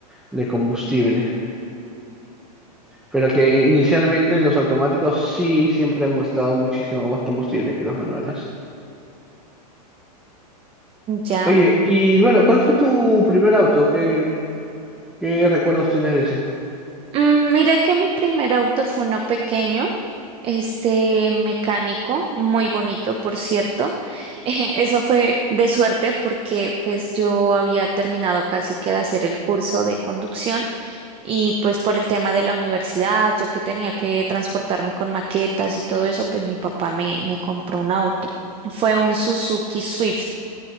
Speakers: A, in the centre; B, on the right (about 25°).
A: de combustible. Pero que inicialmente los automáticos sí siempre han costado muchísimo más combustible que los manuales.
B: ya.
A: Oye, y bueno, ¿cuál fue tu primer auto? ¿Qué, qué recuerdos tienes de ese?
B: Mm, Mira que mi primer auto fue uno pequeño, este mecánico, muy bonito, por cierto. <laughs> Eso fue de suerte porque pues yo había terminado casi que de hacer el curso de conducción y pues por el tema de la universidad, yo que tenía que transportarme con maquetas y todo eso, pues mi papá me, me compró un auto. Fue un Suzuki Swift